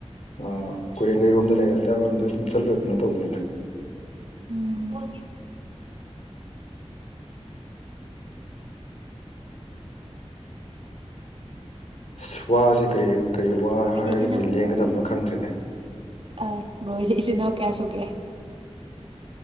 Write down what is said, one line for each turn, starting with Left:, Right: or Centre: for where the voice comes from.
Left: ꯑ ꯀꫭꯏꯔꯦꯡꯒꯩꯔꯣꯝꯗ ꯂꯩ ꯑꯗꯥꯏꯔꯣꯝꯗ ꯑꯗꯨꯝ ꯆꯠꯂ ꯀꯩꯅꯣ ꯇꯧꯕꯅꯤꯗ
Right: ꯎꯝ ꯕ꯭ꯔꯣ
Left: ꯏꯁ ꯋꯥꯁꯦ ꯀꯔꯤ ꯀꯔꯤ ꯋꯥ
Right: ꯍꯣꯏꯗꯤ
Left: ꯍꯥꯏꯔꯒꯗꯤ
Right: ꯏꯆꯤꯜ
Left: ꯂꯦꯡꯒꯗꯕꯅꯣ ꯈꯪꯗ꯭ꯔꯦꯗ
Right: ꯑ ꯕꯣꯏꯗꯤ ꯏꯆꯤꯟ ꯅꯥꯎ ꯀꯌꯥ ꯁꯨꯒꯦ